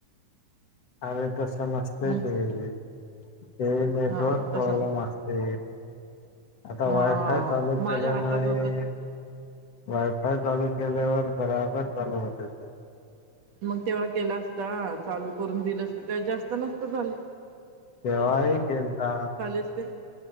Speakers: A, on the left; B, on the right.
A: अ कस नसते
B: मग
A: ते ते नेटवर्क
B: हा तसं
A: प्रॉब्लेम
B: नाही.
A: असते आता
B: हा हा
A: वायफाय चालू
B: माझ्या
A: केल्यामुळे
B: हातात होतं.
A: वायफा चालू केल्यावर बराबर चालू होते ते
B: मग तेव्हा केला असता चालू करून दिलं असत तेव्हा जास्त नस्त झाल
A: तेव्हाही केलता
B: असते